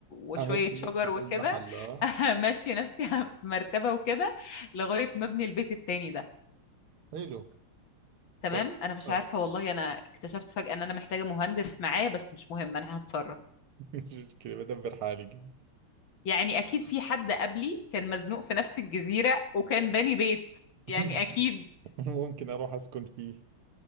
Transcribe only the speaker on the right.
أمشي
نفسي بأي
محل آه
حلو
طب
آه
<laughs> مش مشكلة بدبر حالي
<laughs>
ممكن أروح أسكن فيه